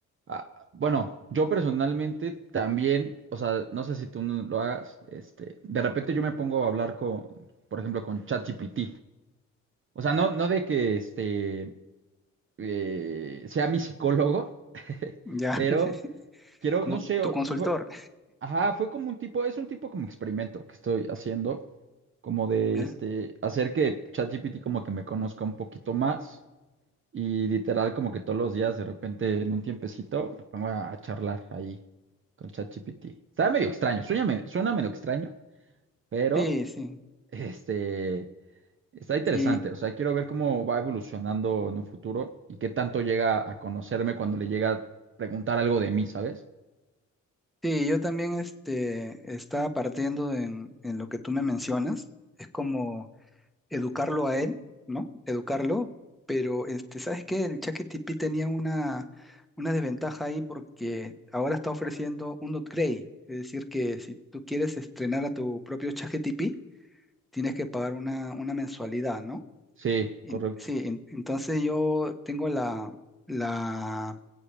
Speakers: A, on the right; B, in the centre.
A: ah, bueno, yo personalmente también, o sea, no sé si tú no lo hagas, este, de repente yo me pongo a hablar con, por ejemplo, con ChatGPT. O sea, no, no de que este eh, sea mi psicólogo, <laughs>
B: Ya,
A: pero
B: <laughs>
A: quiero,
B: como
A: no sé,
B: tu
A: o-
B: consultor.
A: eso fue, ajá, fue como un tipo, es un tipo como experimento que estoy haciendo, como de
B: ¿eh?
A: este, hacer que ChatGPT como que me conozca un poquito más. Y literal, como que todos los días, de repente, en un tiempecito, me pongo a, a charlar ahí con ChatGPT. Está medio extraño, suena, me- suena medio extraño, pero
B: Sí, sí.
A: <laughs> este está interesante.
B: Y,
A: O sea, quiero ver cómo va evolucionando en un futuro y qué tanto llega a conocerme cuando le llega a preguntar algo de mí, ¿sabes?
B: Sí, yo también este, estaba partiendo en, en lo que tú me mencionas. Es como educarlo a él, ¿no? Educarlo, pero este, ¿sabes qué? El ChatGPT tenía una, una desventaja ahí porque ahora está ofreciendo un upgrade. Es decir, que si tú quieres estrenar a tu propio ChatGPT, tienes que pagar una, una mensualidad, ¿no?
A: Sí,
B: En-
A: correcto.
B: sí, en- entonces yo tengo la, la